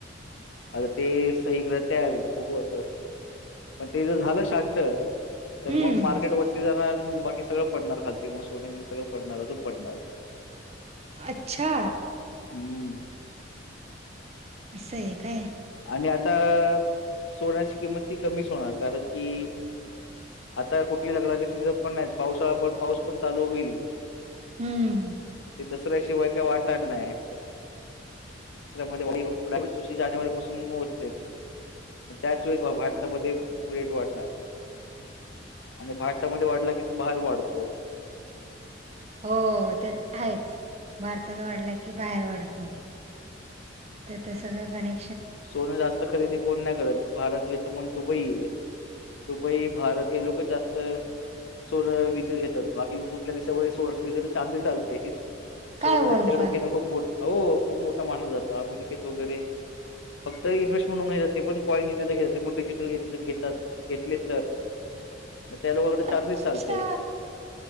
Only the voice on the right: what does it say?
हम्म
हम्म
अच्छा
असं आहे काय
हम्म
हो ते तर आहेच भारतात वाढला की बाहेर वाढतो त्या तर सगळं गणे
काय
बोलता
अच्छा